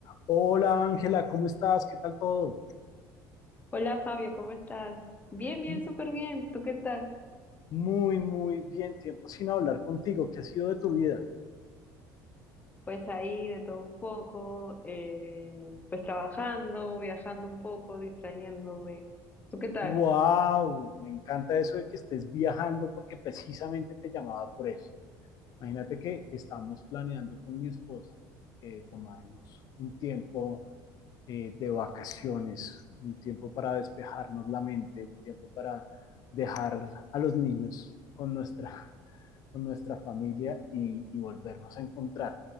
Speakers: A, on the left; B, on the left.
A: Hola Ángela, ¿cómo estás? ¿Qué tal todo?
B: Hola Fabio, ¿cómo estás? Bien, bien,
A: M-
B: súper bien. ¿Tú qué tal?
A: Muy, muy bien. Tiempo sin hablar contigo. ¿Qué ha sido de tu vida?
B: Pues ahí de todo un poco, eh, pues trabajando, viajando un poco, distrayéndome. ¿Tú qué tal?
A: ¡Wow! Me encanta eso de que estés viajando porque precisamente te llamaba por eso. Imagínate que estamos planeando con mi esposa eh, tomarnos un tiempo eh, de vacaciones, un tiempo para despejarnos la mente, un tiempo para dejar a los niños con nuestra con nuestra familia y, y volvernos a encontrar.